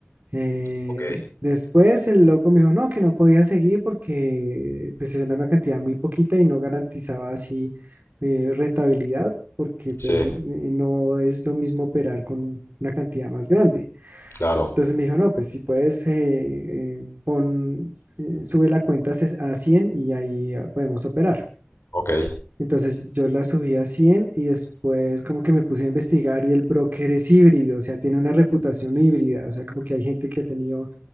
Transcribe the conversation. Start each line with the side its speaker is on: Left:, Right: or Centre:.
Right: Eh,
Left: ok,
Right: después el loco me dijo, no, que no podía seguir porque pues era una cantidad muy poquita y no garantizaba así eh, rentabilidad porque pues
Left: sí,
Right: n- no es lo mismo operar con una cantidad más grande.
Left: claro,
Right: Entonces me dijo, no, pues si puedes, eh, eh, pon, eh, sube la cuenta a ses- a 100 y ahí ah, podemos operar.
Left: ok,
Right: Entonces yo la subí a 100 y después como que me puse a investigar y el broker es híbrido o o sea sea tiene una reputación híbrida o sea, como que que hay gente que ha tenido